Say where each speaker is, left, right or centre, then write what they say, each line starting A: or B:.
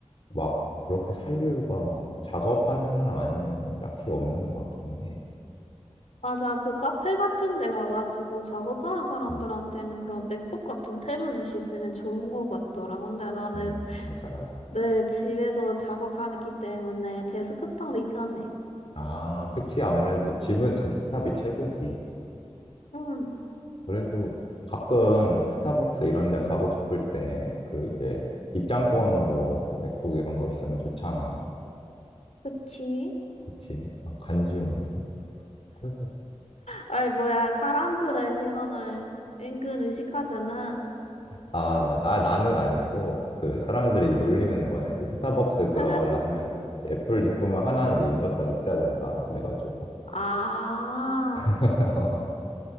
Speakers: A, on the left (about 55°); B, on the left (about 75°).
A: 막 그렇게 살 이유가 막 작업하는 사람 아니면은 딱히 없는 것 같긴 해.
B: 맞아. 그 카페 같은 데 가가지고 작업하는 사람들한테는
A: 음,
B: 그런 맥북 같은 태블릿이 있으면 좋은 거 같더라. 근데 나는
A: 음, 맞아, 맞아.
B: 늘 집에서 작업하기 때문에 데스크탑이 편해.
A: 아, 그치. 아무래도 집은 제 스탑이 최고지.
B: 응.
A: 그래도 가끔 스타벅스 이런 데 가고 싶을 때 그 이제 입장권으로 맥북 이런 거 있으면 좋잖아.
B: 그치?
A: 그치. 약간 간지용으로. 그래
B: 아이, 뭐야, 사람들의 시선을 은근 의식하잖아.
A: 아, 맞아. 아, 나는 아니고, 그, 사람들이
B: 음.
A: 놀리는 거야. 이제 스타벅스 들어가려면,
B: <laughs>
A: 이제 애플 제품은 하나는 이 무조건 있어야 된다. 그래가지고.
B: 아,
A: <laughs>